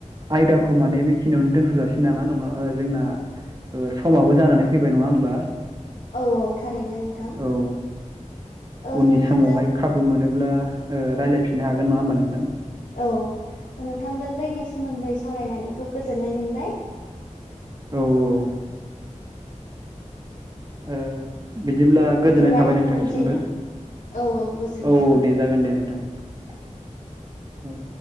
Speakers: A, on the right; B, on the left.
A: आयदाखौ माने बेखिनियावनो दोनथ'जासिै नामा नङा जोंना समाबो जानानै फैबाय नङा होमबा?
B: औ औ थारैनो नोंथां।
A: औ
B: ओ
A: उननि
B: नोंथांजों
A: समावहाय खाबु मोनोब्ला ओ रायज्लायफिननो हागोन नङा होमबा नोंथां?
B: औ नोंथांजों दैनि सोमोन्दै सावरायनानै खोब गोजोननाय मोनबाय।
A: औ औ। ओ बिदिब्ला गोजोननाय
B: बिदिब्ला
A: थाबाय
B: दोनथ'लायनोसै
A: नोंथांनिसिमबो।
B: नोंथां औ गोजोनबाय
A: औ दे जागोन दे नोंथां औ।